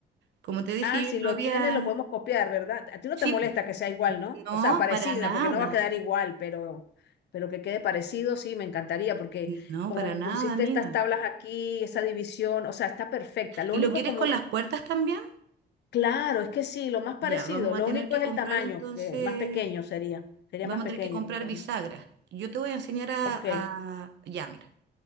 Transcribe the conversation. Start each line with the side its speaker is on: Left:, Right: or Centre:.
Right: Como te dije,
Left: Ah, si
Right: yo
Left: lo
Right: lo había...
Left: tiene, lo podemos copiar, ¿verdad? A ti no
Right: Sí,
Left: te molesta
Right: po.
Left: que sea igual, ¿no?
Right: no,
Left: O sea, parecida,
Right: para nada,
Left: porque no va a quedar igual, pero, pero que quede parecido, sí, me encantaría, porque
Right: no,
Left: como
Right: para nada,
Left: pusiste
Right: amiga.
Left: estas tablas aquí, esa división, o sea, está perfecta. Lo
Right: ¿Y
Left: único
Right: lo quieres
Left: como,
Right: con las puertas también?
Left: claro, es que sí, lo más parecido,
Right: Ya, vamos
Left: lo
Right: a tener
Left: único
Right: que
Left: es
Right: comprar
Left: el tamaño,
Right: entonces,
Left: que más pequeño sería, sería
Right: vamos
Left: más pequeño.
Right: a tener que comprar
Left: entonces.
Right: bisagras. Yo te voy a enseñar a,
Left: Ok,
Right: a- Ya, mira.